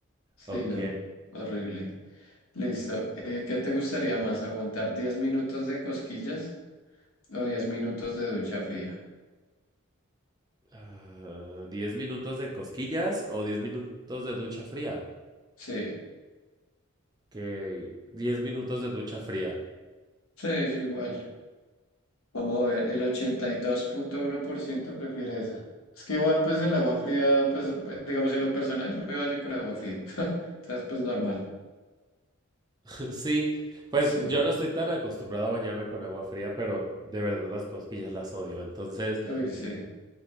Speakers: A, on the left (about 80°); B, on the right (about 20°).
A: sí,
B: Ok.
A: no. Horrible. Listo. Eh, ¿qué te gustaría más? ¿Aguantar 10 minutos de cosquillas o 10 minutos de ducha fría?
B: Ah, ¿10 minutos de cosquillas o 10 minutos de ducha fría?
A: Sí,
B: Que 10 minutos de ducha fría.
A: sí, yo igual. Vamos a ver, el ochenta y dos punto uno por ciento prefiere esa. Es que igual, pues el agua fría, pues pues, digamos en lo personal, yo me baño con agua fría. <laughs> Entonces, pues normal.
B: <laughs> Sí, pues
A: Sí,
B: yo no estoy tan acostumbrado a bañarme con agua fría, pero de verdad las cosquillas las odio. Entonces,
A: uy, sí.